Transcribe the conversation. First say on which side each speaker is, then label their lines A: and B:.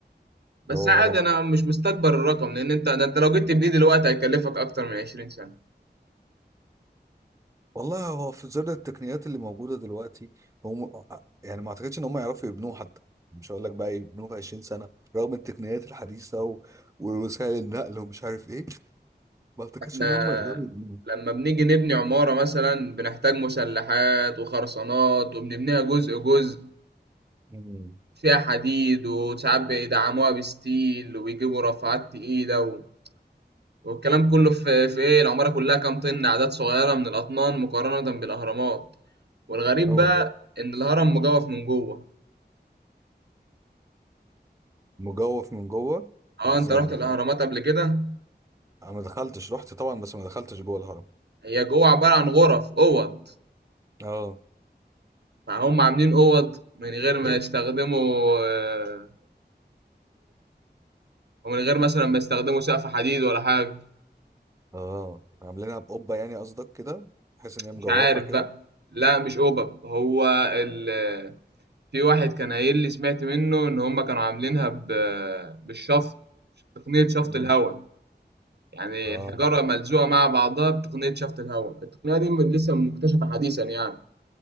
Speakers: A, on the right; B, on the right.
A: اللي
B: بس
A: هو
B: عادي
A: هرم
B: أنا
A: خوف
B: مش مستكبر الرقم لأن أنت ده أنت لو جيت تبنيه دلوقتي هيكلفك أكتر من عشرين سنة
A: والله هو في ظل التقنيات اللي موجودة دلوقتي هم يعني ما اعتقدش ان هم يعرفوا يبنوه حتى مش هقول لك بقى يبنوه في 20 سنة رغم التقنيات الحديثة و... ووسائل النقل ومش عارف ايه ما اعتقدش
B: احنا
A: ان هم يقدروا يبنوه
B: لما بنيجي نبني عمارة مثلا بنحتاج مسلحات وخرسانات وبنبنيها جزء جزء
A: مم.
B: فيها حديد وساعات بيدعموها بستيل وبيجيبوا رافعات تقيلة والكلام كله في في ايه العمارة كلها كام طن أعداد صغيرة من الأطنان مقارنة بالأهرامات والغريب
A: طبعا
B: بقى إن الهرم مجوف من جوه
A: مجوف من جوه
B: اه
A: ازاي
B: انت رحت
A: مجوف
B: الأهرامات قبل كده
A: انا ما دخلتش رحت طبعا بس ما دخلتش جوه الهرم
B: هي جوه عبارة عن غرف أوض
A: اه
B: فهم عاملين أوض من غير ما يستخدموا آه، ومن غير مثلا ما يستخدموا سقف حديد ولا حاجة
A: اه عاملينها بقبة يعني قصدك كده بحيث ان هي مجوفة
B: مش عارف
A: كده
B: بقى لا مش أوبب هو ال... في واحد كان قايل لي سمعت منه إن هما كانوا عاملينها ب... بالشفط تقنية شفط
A: مم.
B: الهواء يعني
A: اه
B: الحجارة ملزوقة مع بعضها بتقنية شفط الهواء التقنية دي من- لسه مكتشفة حديثا يعني